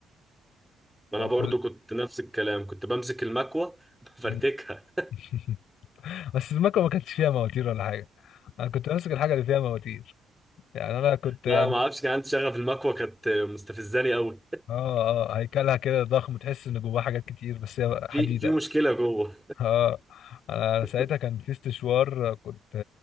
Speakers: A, on the left (about 75°); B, in the centre.
A: وكل
B: انا برضه كنت نفس الكلام كنت بمسك المكوه <laughs> بفرتكها
A: مم. <laughs> بس المكوه ما كانتش فيها مواتير ولا حاجه انا كنت ماسك الحاجه اللي فيها مواتير يعني انا كنت
B: لا
A: م-
B: ما اعرفش كان عندي شغف المكوة كانت مستفزاني قوي
A: اه اه هيكلها كده ضخم تحس ان جواها حاجات كتير بس هي
B: في
A: حديده
B: في مشكلة جوه
A: <laughs> اه انا
B: <laughs>
A: ساعتها كان في استشوار آه، كنت